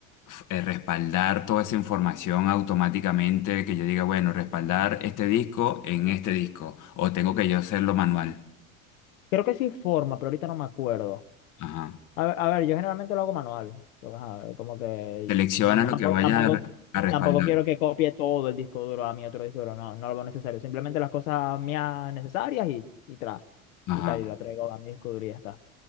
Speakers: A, on the left; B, on the left.
A: f- eh, respaldar toda esa información automáticamente, que yo diga, bueno, respaldar este disco en este disco, o tengo que yo hacerlo manual.
B: Creo que sí forma, pero ahorita no me acuerdo.
A: Ajá.
B: A ver, a ver, yo generalmente lo hago manual. Pues, ajá, como que
A: Selecciona
B: no,
A: lo
B: tampoco,
A: que vaya
B: tampoco,
A: a, re- a
B: sí,
A: respaldar.
B: tampoco quiero que copie todo el disco duro a mi otro disco duro. No, no lo veo necesario. Simplemente las cosas mías necesarias y, y tra- y
A: Ajá.
B: tal, y lo traigo a mi disco duro y ya está.